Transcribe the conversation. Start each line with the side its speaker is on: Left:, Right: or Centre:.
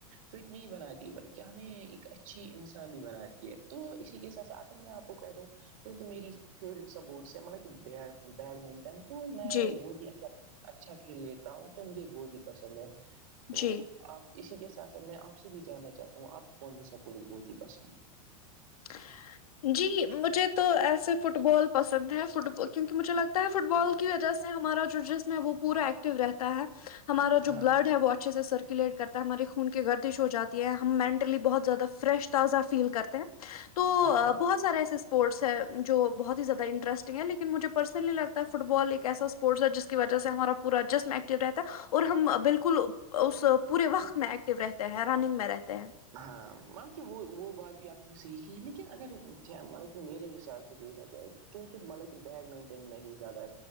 Right: فٹ نہیں بناتی بلکہ ہمیں ایک اچھی انسان بھی بناتی ہے تو اسی کے ساتھ آ کر میں آپ کو کہہ دوں وہ تو میری فیورٹ سپورٹس ہے مطلب کہ بی بیڈمنٹن تو میں
Left: جی
Right: بہت ہی اچھا اچھا کھیل لیتا ہوں تو مجھے بہت ہی پسند ہے تو
Left: جی
Right: آپ اسی کے ساتھ ساتھ میں آپ سے بھی جاننا چاہتا ہوں آپ کون سی سپورٹ بہت ہی پسند ہے
Left: ہ <inaudible> جی مجھے تو ایسے فٹ بال پسند ہے فٹ کیونکہ مجھے لگتا ہے فٹ بال کی وجہ سے ہمارا جو جسم ہے وہ پورا ایکٹو رہتا ہے ہمارا
Right: ہے
Left: جو
Right: ہاں
Left: بلڈ ہے وہ اچھے سے سرکولیٹ کرتا ہماری خون کی گردش ہو جاتی ہے ہم منٹلی بہت زیادہ فریش تازہ فیل کرتے ہیں تو
Right: ہاں ہاں
Left: بہت سارے ایسے اسپورٹس ہے جو بہت ہی زیادہ انٹسٹنگ ہے لیکن مجھے پرسنلی لگتا ہے فٹ بال ایک ایسا اسپورٹس ہے جس کی وجہ سے ہمارا پورا جسم ایکٹو رہتا ہے اور ہم بالکل اس پورے وقت میں ایکٹو رہتے ہیں رننگ میں رہتے ہیں
Right: ہاں بلکہ کہ وہ وہ بات بھی آپ نے سیکھی لیکن ایگزیمنر کو میرے حساب سے دیکھا جائے کیونکہ ملک کہ بیڈمنٹن میں ہی زیادہ